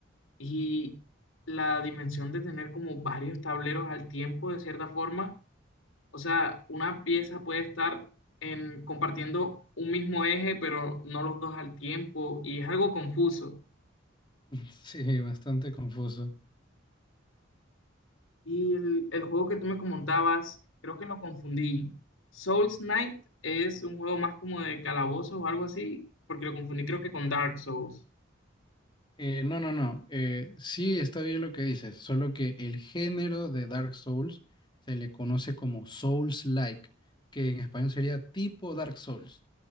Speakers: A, on the left (about 85°); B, on the left (about 25°).
A: y la dimensión de tener como varios tableros al tiempo, de cierta forma. O sea, una pieza puede estar en, compartiendo un mismo eje, pero no los dos al tiempo y es algo confuso.
B: <laughs> Sí, bastante confuso.
A: Y el, el juego que tú me comentabas, creo que lo confundí. Souls Knight es un juego más como de calabozos o algo así, porque lo confundí creo que con Dark Souls.
B: Eh, no, no, no. Eh, sí está bien lo que dices, solo que el género de Dark Souls se le conoce como Souls-like, que en español sería tipo Dark Souls.